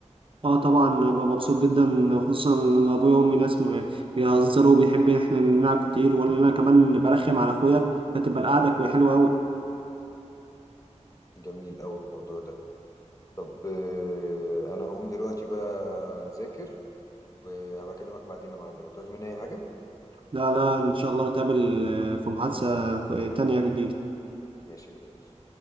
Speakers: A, on the right; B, on the left.
A: اه طبعا ببقى مبسوط جدا خصوصا ان ابويا وامي ناس م- بيهزروا وبيحب ان احنا نلعب كتير ولا انا كمان برخم على اخويا فتبقى القعده حلوه قوي
B: جميل أوي الموضوع ده طب آه، أنا هقوم دلوقتي بقى أذاكر وهبقى أكلمك بعدين يا معلم هتعوز مني أي حاجة؟
A: لا لا إن شاء الله نتقابل آه، في محادثة تانية جديدة
B: ماشي يا برنس